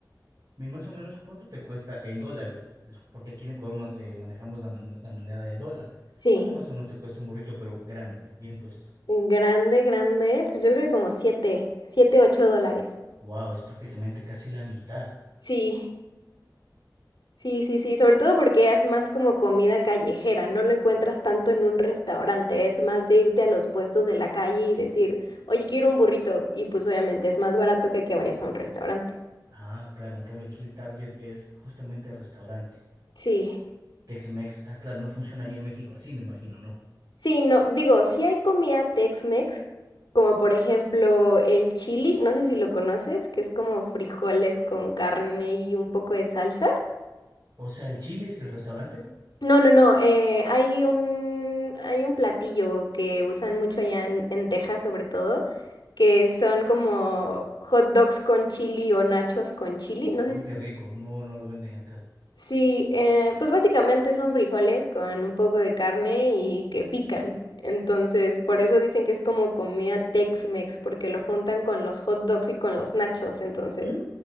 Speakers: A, on the right (about 45°); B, on the left (about 90°).
A: ¿Y más o menos cuánto te cuesta en dólares? Discu- Porque aquí en Ecuador ma- eh, manejamos la, mon- la moneda del dólar.
B: Sí.
A: ¿Cuánto más o menos te cuesta un burrito, pero grande, bien puesto?
B: Grande, grande, pues yo creo que como 7, 7, 8 dólares.
A: Wow, es prácticamente casi la mitad.
B: Sí, sí, sí, sí, sobre todo porque es más como comida callejera, no lo encuentras tanto en un restaurante, es más de irte a los puestos de la calle y decir, oye, quiero un burrito, y pues obviamente es más barato que que vayas a un restaurante.
A: Ah, claro, en cambio aquí el target es justamente el restaurante.
B: Sí,
A: Tex-Mex, ah, claro, no funciona allá en México así, me imagino, ¿no?
B: sí, no, digo, sí hay comida Tex-Mex, como por ejemplo el chili, no sé si lo conoces, que es como frijoles con carne y un poco de salsa.
A: O sea, el chile es el restaurante.
B: No, no, no. eh, hay un, hay un platillo que usan mucho allá en, en Texas, sobre todo, que son como hot dogs con chili o nachos con chili. No sé
A: Uy,
B: si...
A: qué rico, no, no lo venden acá.
B: Sí, eh, pues básicamente son frijoles con un poco de carne y que pican. Entonces, por eso dicen que es como comida Tex-Mex, porque lo juntan con los hot dogs y con los nachos. Entonces,
A: Mm,